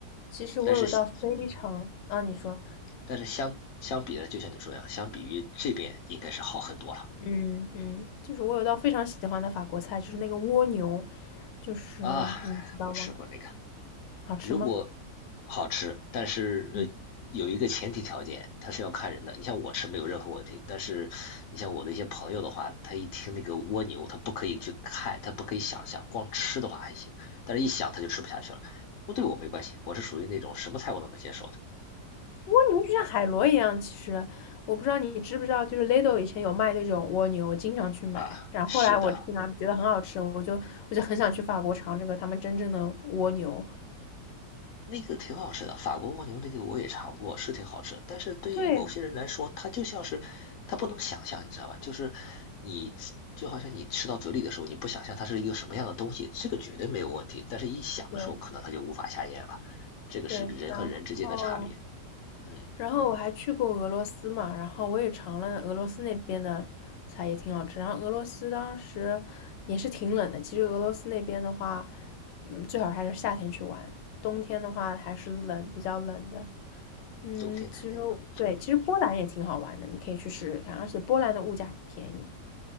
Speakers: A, on the left; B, on the left.
A: 其实我有一道非常啊，
B: 但是，嗯，
A: 你说，
B: 但是相相比呢，就像你说一样，相比于这边应该是好很多了
A: 嗯嗯，就是我有一道非常喜欢的法国菜，就是那个蜗牛，就是你知道吗？
B: 啊。我吃过那个
A: 好吃吗？
B: 如果好吃，但是呃有一个前提条件，
A: 嗯，
B: 它是要看人的。你像我吃没有任何问题，但是你像我的一些朋友的话，他一听那个蜗牛，他不可以去看，他不可以想象，光吃的话还行，但是一想他就吃不下去了。不对我没关系，我是属于那种什么菜我都能接受的
A: 蜗牛就像海螺一样，其实我不知道你知不知道，就是 Lidl 以前有卖那种蜗牛，我经常去买。
B: 啊。
A: 然后后来我经常觉得很好吃，
B: 是的，
A: 我就我就很想去法国尝这个他们真正的蜗牛。
B: 那个挺好吃的，法国蜗牛那个我也尝过，是挺好吃。但是对于某些人来说，
A: 对
B: 它就像是他不能想象，你知道吧？就是你就好像你吃到嘴里的时候，你不想象它是一个什么样的东西，这个绝对没有问题。但是一想的时候，
A: 对
B: 可能它就无法下咽了。这个是人和人之间的差别。
A: 对，然后。
B: 嗯，
A: 然后我还去过俄罗斯嘛，然后我也尝了俄罗斯那边的菜，也挺好吃。然后俄罗斯当时也是挺冷的，其实俄罗斯那边的话，嗯，最好还是夏天去玩，冬天的话还是冷，比较冷的。嗯，
B: 冬天肯定的。
A: 其实我对，其实波兰也挺好玩的，你可以去试试看，而且波兰的物价便宜。